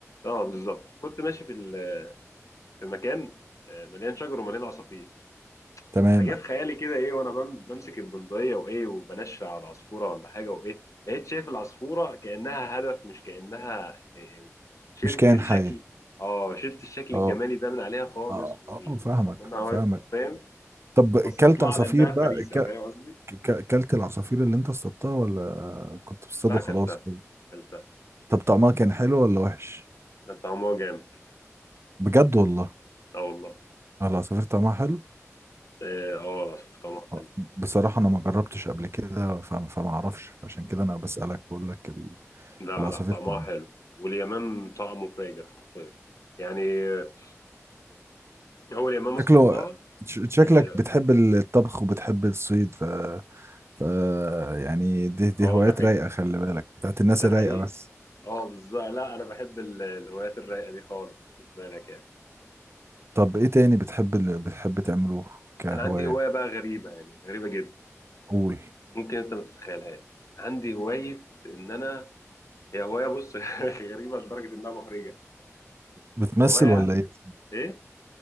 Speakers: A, on the left (about 75°); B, on the right (about 55°).
A: اه بالظبط كنت ماشي في ال- في مكان آه، مليان شجر ومليان عصافير
B: تمام
A: فجاء في خيالي كده ايه وانا بم- بمسك البندقيه وايه وبنشر على العصفوره ولا حاجه وايه بقيت شايف العصفوره كانها هدف مش كانها آه، يعني شلت
B: مش كائن
A: الشكل
B: حي
A: اه شلت الشكل
B: اه
A: الجمالي ده من عليها خالص
B: اه
A: وال-
B: اه فاهمك
A: وان انا واقف
B: فاهمك
A: فاهم
B: طب
A: بصيت
B: كلت
A: لها
B: عصافير
A: على انها
B: بقى
A: فريسه
B: ك-
A: فاهم قصدي؟
B: ك- كلت العصافير اللي انت اصطادتها ولا كنت بتصطاد
A: لا
B: وخلاص
A: اكلتها
B: كده
A: اكلتها
B: طب طعمها كان حلو ولا وحش
A: كان طعمها جامد
B: بجد والله
A: اه والله
B: العصافير طعمها حلو
A: اه آه، العصافير طعمها
B: آه،
A: حلو
B: بصراحة انا ما جربتش قبل كده فما فما اعرفش عشان كده انا بسألك بقول لك ال-
A: لا
B: العصافير
A: لا طعمها
B: طعمها
A: حلو واليمام طعمه فاجر حرفيا يعني آه، اول يمام اصطادتها
B: شكله ش- شكلك
A: اه
B: بتحب الطبخ وبتحب الصيد ف... ف يعني دي دي
A: آه،
B: هوايات
A: ده حقيقي
B: رايقة خلي بالك بتاعت الناس
A: ده
B: الرايقة
A: حقيقي
B: بس
A: اه بالظبط لا انا بحب ال- الهوايات الرايقه دي خالص خد بالك يعني
B: طب ايه تاني بتحب اللي بتحب تعمله كهواية
A: انا عندي هوايه بقى غريبه يعني غريبه جدا
B: قول
A: ممكن انت ما تتخيلهاش عندي هوايه ان انا هي هوايه بص <laughs> غريبه لدرجه انها محرجه
B: بتمثل
A: هوايه
B: ولا ايه
A: ايه